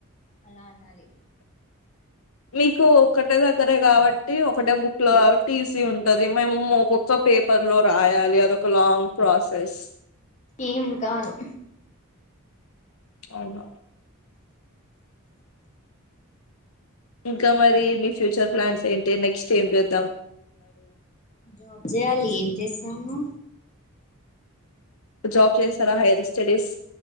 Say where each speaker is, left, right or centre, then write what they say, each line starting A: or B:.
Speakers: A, on the left; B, on the left.
A: అలా అనాలి
B: మీకు ఒక ఒకటే దగ్గరే కాబట్టి ఒకటే బుక్ లో కాబట్టి ఈసీ ఉం ఉంటది మేమేమో ఒక్కొక్క పేపర్ లో రాయాలి అదొక లాంగ్ ప్రాసెస్
A: ఏం కాదు
B: అవునా ఇంకా మరి మీ ఫ్యూచర్ ప్లాన్స్ ఏ నెక్స్ట్ ఏం చద్
A: జాబ్ చేయాలి ఏం చేస్తాము
B: జాబ్ చేస్తారా హైర్ స్టడీస్